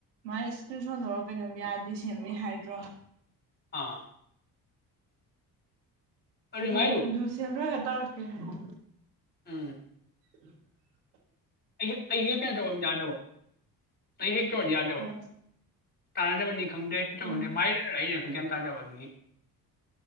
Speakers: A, on the right (about 80°); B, on the left (about 20°).
A: ꯃꯥꯏ ꯏꯁꯀ꯭ꯔꯤꯟ ꯁꯣꯠ ꯂꯧꯔꯒ ꯀꯩꯅꯣꯝ ꯌꯥꯗꯦ ꯁꯦꯝꯃꯦ ꯍꯥꯏꯗ꯭ꯔꯣ
B: ꯑꯥ ꯑꯗꯨꯏ
A: ꯑꯗꯨꯒ
B: ꯃꯥꯏꯗꯣ
A: ꯑꯗꯨ ꯁꯦꯝꯔꯒ ꯇꯧꯔꯛꯀꯦ ꯍꯥꯏꯕꯅꯦ
B: ꯎꯝ
A: ꯎ <unintelligible> <inaudible>
B: ꯑꯩ ꯑꯩ ꯍꯦꯛ ꯀꯩꯅꯣ ꯇꯧꯕ ꯌꯥꯗꯕ ꯑꯩ ꯍꯦꯛ ꯇꯧꯔꯗꯤ ꯌꯥꯗꯕ
A: ꯑꯪ
B: ꯇꯥꯟꯅꯗꯕꯅꯤ ꯈꯪꯗꯦ ꯀꯩꯇꯧꯕꯅꯤ
A: ꯎꯝ
B: ꯈꯪꯗꯦ ꯃꯥꯏꯗꯣ ꯑꯩꯅ ꯒꯤꯌꯥꯟ ꯇꯥꯗꯕ ꯑꯗꯨꯒꯤ